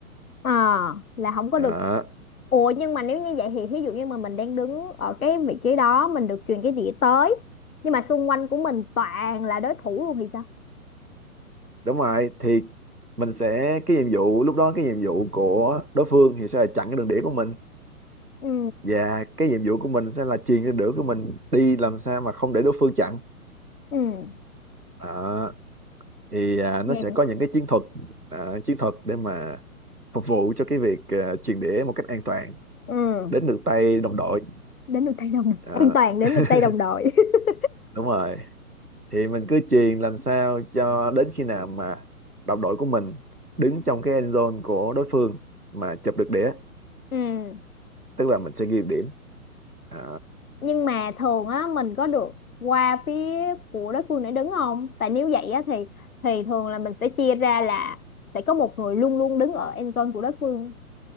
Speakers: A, on the left; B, on the right.
A: Ờ, là không có
B: đó
A: được. Ủa nhưng mà nếu như vậy thì ví dụ như mà mình đang đứng ở cái vị trí đó, mình được truyền cái đĩa tới. Nhưng mà xung quanh của mình toàn là đối thủ luôn thì sao?
B: đúng rồi thì mình sẽ cái nhiệm vụ lúc đó cái nhiệm vụ của đối phương thì sẽ là chặn cái đường đĩa của mình
A: Ừ.
B: và cái nhiệm vụ của mình sẽ là truyền cái đĩa của mình đi làm sao mà không để đối phương chặn
A: Ừ.
B: à, thì à, nó
A: Nghe
B: sẽ
A: cũng-
B: có những cái chiến thuật à, chiến thuật để mà phục vụ cho cái việc à, truyền đĩa một cách an toàn
A: Ừ.
B: đến được tay đồng đội
A: Đến được tay đồng đội.
B: à,
A: An toàn đến
B: <laughs>
A: được tay đồng đội. <laughs>
B: đúng rồi thì mình cứ truyền làm sao cho đến khi nào mà đồng đội của mình đứng trong cái end zone của đối phương mà chụp được đĩa
A: Ừ.
B: tức là mình sẽ ghi được điểm À,
A: nhưng mà thường á mình có được qua phía của đối phương để đứng không tại nếu vậy á thì thì thường là mình sẽ chia ra là sẽ có một người luôn luôn đứng ở end zone của đối phương